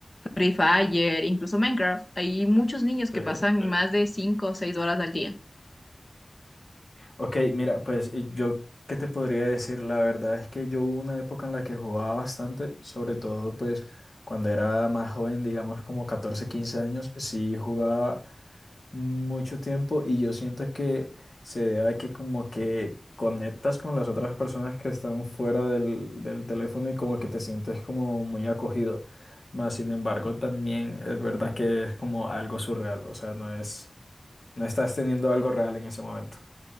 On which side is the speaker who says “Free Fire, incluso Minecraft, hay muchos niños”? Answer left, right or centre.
Left